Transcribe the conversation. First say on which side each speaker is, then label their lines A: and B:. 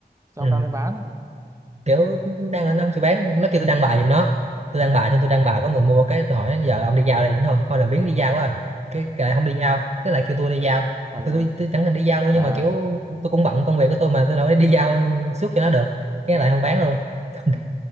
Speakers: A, on the right (about 20°); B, on the right (about 40°).
A: sao
B: ừ.
A: không đăng lên bán
B: kiểu đang nó không chịu bán nó kêu tôi đăng bài giùm nó tôi đăng bài xong tôi đăng bài có người mua
A: Ừ,
B: cái tôi hỏi giờ ông đi giao đi thôi thôi làm biếng đi giao quá à. cái, cái lại không đi giao cái lại kêu tôi đi giao
A: bỏ tay
B: tôi,
A: luôn
B: tôi, tôi chẳng thèm đi giao luôn
A: trời
B: nhưng mà
A: ơi
B: kiểu tôi cũng bận công việc của tôi mà tôi đâu có đi giao suốt cho nó được cái lại không bán luôn <laughs>
A: ừ.